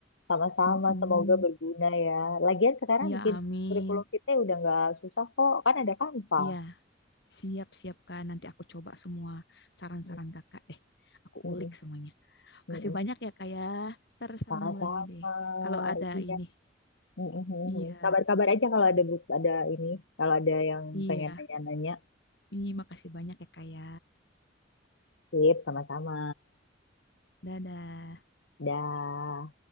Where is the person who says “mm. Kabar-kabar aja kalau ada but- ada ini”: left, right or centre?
Left